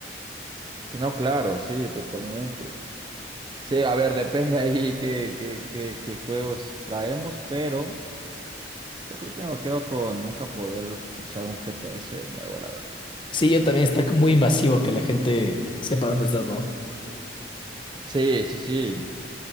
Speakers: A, on the right; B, on the left.
A: que no, claro, sí, totalmente. Sí, a ver, depende ahí qué, qué, qué, qué juegos traemos, pero... Yo creo que me quedo con nunca poder usar un GPS de nuevo, la verdad.
B: Sí, yo también está muy invasivo que la gente sepa dónde estás, ¿no?
A: Sí, sí, sí.